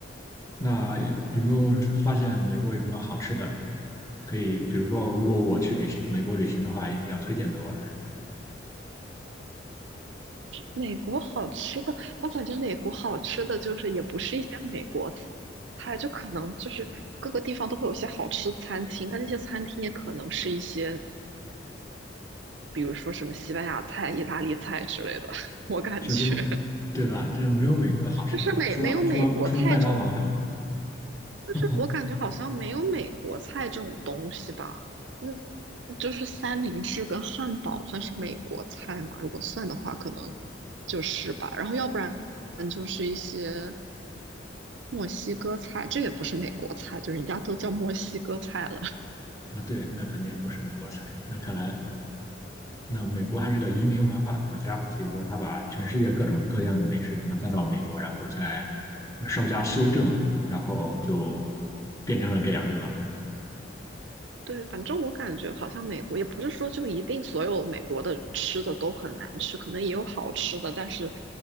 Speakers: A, on the left; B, on the right.
A: 那有没有发现美国有什么好吃的？可以，比如说，如果我去旅行美国旅行的话，也要推荐给我的，
B: 美国好吃的，我感觉美国好吃的就是也不是一些美国菜，就可能就是各个地方都会有些好吃的餐厅，但那些餐厅也可能是一些，比如说什么西班牙菜、意大利菜之类的。<laughs> 我感觉
A: 绝对对吧？这没有美国的好吃的吧？
B: 就是美没有美国菜这种，
A: 除了除了除了麦当劳，对吗？
B: 就是我感觉好像没有美国菜这种东西吧。
A: <laughs>
B: 嗯，就是三明治跟汉堡算是美国菜嘛？如果算的话，可能就是吧。然后要不然就是一些。墨西哥菜，这也不是美国菜，就人家都叫墨西哥菜了。<laughs>
A: 啊，对，那肯定不是美国菜。那看来那美国还是个移民文化的国家嘛，所以说他把全世界各种各样的美食可能带到美国，然后再稍加修正，然后就变成了这样，对吧？
B: 对，反正我感觉好像美国也不是说就一定所有美国的吃的都很难吃，可能也有好吃的，但是